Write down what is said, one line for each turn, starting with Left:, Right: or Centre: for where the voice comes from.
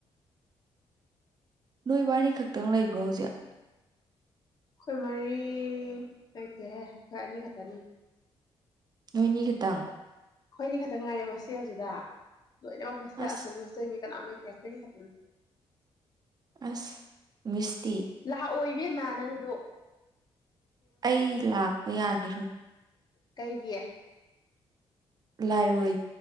Right: ꯅꯣꯏꯕꯥꯅꯤ ꯈꯛꯇꯪ ꯂꯩꯕ꯭ꯔꯣ ꯍꯧꯖꯤꯛ
Left: ꯈꯣꯏꯃꯔꯤ ꯑꯦꯇꯍꯦ ꯈꯅꯤ ꯈꯇꯅꯤ
Right: ꯅꯣꯏꯅꯤ ꯈꯤꯇꯪ
Left: ꯑꯩꯈꯣꯏꯅꯤ ꯈꯛꯇꯪ ꯉꯥꯏꯔꯦ ꯍꯣꯁꯇꯦꯜꯁꯤꯗ ꯂꯣꯏꯅꯦꯃꯛꯦ
Right: ꯑꯁ
Left: ꯆ ꯑꯃ ꯏꯇꯌꯥꯁꯇꯔꯤ ꯈꯪ
Right: ꯑꯁ ꯃꯤꯁ
Left: ꯂꯥꯛꯑꯣꯏꯕꯦꯝꯃ ꯅꯪꯗꯣ
Right: ꯑꯩ ꯂꯥꯛꯄ ꯌꯥꯈꯤꯔꯣꯏ
Left: ꯀꯩꯒꯤꯌꯦ
Right: ꯂꯥꯏꯔꯣꯏ